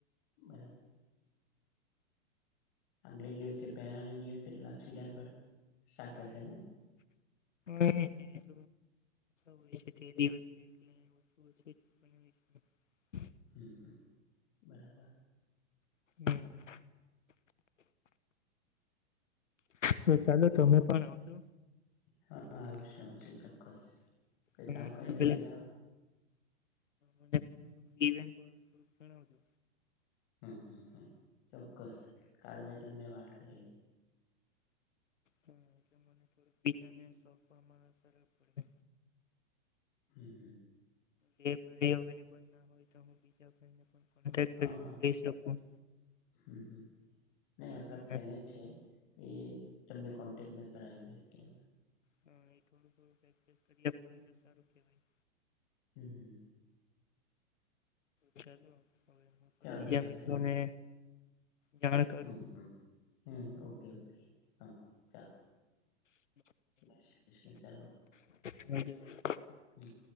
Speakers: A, on the left; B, on the left.
A: બરાબર. અગલે દિવસે પેના દિવસે લપસીદાર ભાત શાક હશે ને
B: એ જ. હોય છે તે દિવસ એટલે ઓછ <unintelligible>
A: હ, હ, બરાબર.
B: હમ. તો ચાલો, તમે પણ આવજો.
A: હા, આવશું આવશું, ચોક્કસ કંઈ
B: અને
A: કામકાજ
B: મને
A: હોય
B: પેલા
A: તો જ.
B: મને પે થોડું વેન્ટ વાળું થોડુંક જણાવજો.
A: હમ હમ, ચોક્કસ. કાલે મેં તમને વાત કરાવી.
B: હા, એટલે મને થોડક બીજાને સોંપવામાં સારુ પડે.
A: હમ, હમ.
B: ભ અવેલેબલ ના હોય તો હું બીજા ભાઈને પણ કોેક
A: હા
B: કરીને
A: હા
B: ક શકું <unintelligible>
A: હમ, નહી આપણા ફ્રેન્ડ
B: એ
A: જ છે, એ એમને કોન્ટેક્ટ મેં કરાવી, દે એ
B: હા, એ થોડું થોડુંક કરીએ, તો એ તો સારું કેવાય.
A: હમ્મ, હમ્મ.
B: ચલો, હવે પણ
A: ચાલો
B: બીજા
A: ચાલો
B: મિત્રોને.
A: ચાલો
B: જાણ કરું.
A: હમ, હમ, હમ ઓકે, ઓકે હા ચાલો. જય શ્રી કૃષ્ણ, ચાલો.
B: <unintelligible>
A: હમ